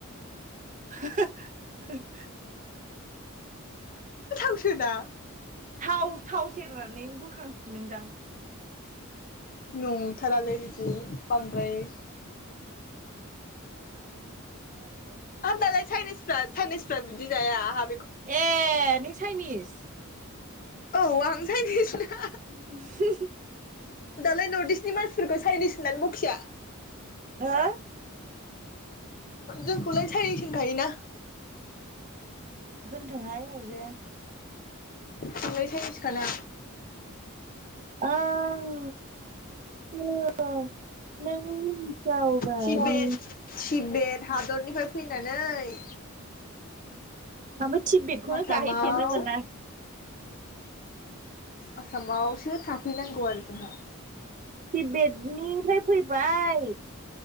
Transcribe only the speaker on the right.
<unintelligible>
थाव थाव सेरनानै बोखांफिनदों दां
ए नों चाइनिस
<unintelligible>
हो
होनथोंहाय अरजाया
ओं ओम नों सावगारि
ओमफाय थिबबेदखौनो
गाहैफेरनो मोना
थिबेदनिफ्राय फैबाय